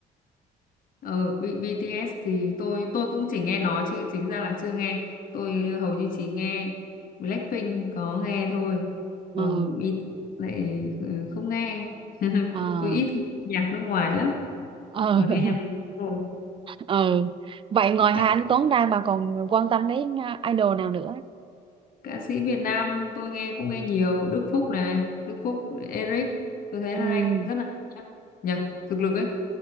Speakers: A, on the left; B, on the right.
A: Ừ, B- BTS thì tôi tôi cũng chỉ nghe nói chứ chính ra là chưa nghe. Tôi hầu như chỉ nghe Blackpink có nghe thôi.
B: ừ,
A: Còn B lại ừ, không nghe. <laughs>
B: ờ.
A: Tôi ít khi nghe nhạc nước ngoài lắm,
B: ờ
A: còn
B: <laughs>
A: nghe nhạc Việt Nam rồi.
B: ờ vậy ngoài Hà
A: Các
B: Anh Tuấn ra bà còn quan tâm đến à, idol nào nữa
A: ca sĩ Việt Nam tôi nghe cũng nghe nhiều, Đức Phúc này, Đức Phúc, Eric, tôi thấy
B: ừ
A: hay, rất là hay nhá. Nhờ, thực lực ấy,